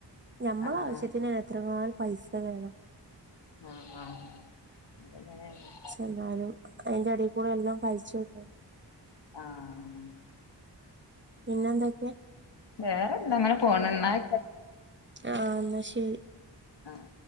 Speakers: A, on the right; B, on the left.
A: ഞമ്മള
B: ആഹ്
A: ആവശ്യത്തിന് എത്ര <unintelligible> പൈസ വേണം
B: ആഹ് ആഹ് അതങ്ങനെയല്ലേ
A: എന്നാലും അയിന്റെടെ കൂടെ എല്ലാം കഴിച്ചുട്ടോ
B: ആഹ്
A: പിന്നെന്തൊക്കെ?
B: വേറെന്തങ്ങനെ പോണ് എന്നാ <inaudible>
A: ആഹ് എന്നാ ശെരി
B: ആഹ്